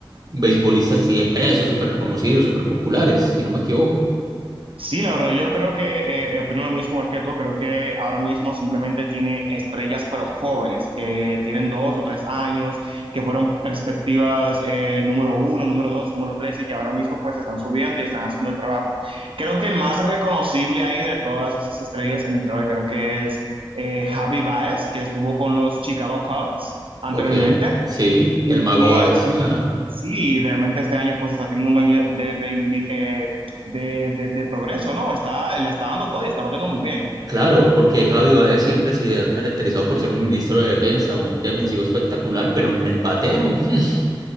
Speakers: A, on the right (about 45°); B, on the right (about 75°).
A: beisbolistas así de peso, súper reconocidos, súper populares, si no me equivoco.
B: Sí, la verdad, yo creo que eh, opino lo mismo igual que tú. Creo que ahora mismo simplemente tiene estrellas, pero jóvenes, que tienen dos o tres años, que fueron perspectivas eh, número uno, número dos, número tres, y que ahora mismo pues están subiendo y están haciendo el trabajo. Creo que el más reconocible ahí de todas esas estrellas en el Detroit, creo que es eh, Javi Baez, que estuvo con los Chicago Cubs anteriormente.
A: Ok, sí,
B: Y
A: el mago Báez.
B: así,
A: <laughs>
B: sí, realmente este año pues está teniendo un año de, reinvi- eh, de, de- de progreso, ¿no? Está, la está dando todo y está batiendo muy bien.
A: Claro, porque Javi Báez siempre se ha caracterizado por ser un ministro de defensa, un defensivo espectacular, pero en el bateo. <laughs>